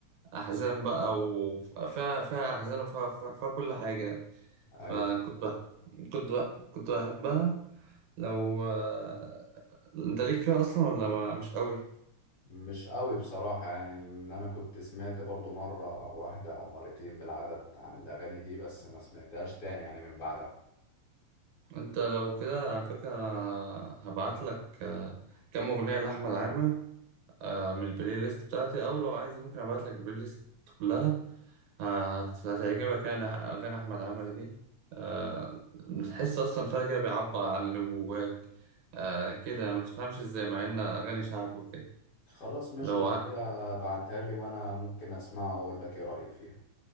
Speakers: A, on the right; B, on the left.
A: أحزان بقى وفيها فيها أحزان وفيها فيها فيها كل حاجة فكنت
B: ايوه
A: بح... كنت بح... كنت بحبها لو آه، أنت ليك فيها أصلا ولا ما مش قوي
B: مش قوي بصراحة يعني ان انا كنت سمعت برضو مرة واحدة او مرتين بالعدد عن الاغاني دي بس ما سمعتهاش تاني يعني من بعدها
A: انت لو كده على فكرة هبعت لك كام اغنية لأحمد عامر آه، من البلاي ليست بتاعتي او لو عايز ممكن ابعت لك البلاي ليست كلها هت- هتعجبك يعني اغاني احمد عامر دي آه، تحس اصلا فيها كده بيعبر عن اللي جواك آه، كده يعني ما تفهمش ازاي مع ان اغاني شعبي وكده
B: خلاص ماشي
A: لو
B: لو
A: ع-
B: كده بعتها لي وانا ممكن اسمعها واقول لك ايه رأيي فيها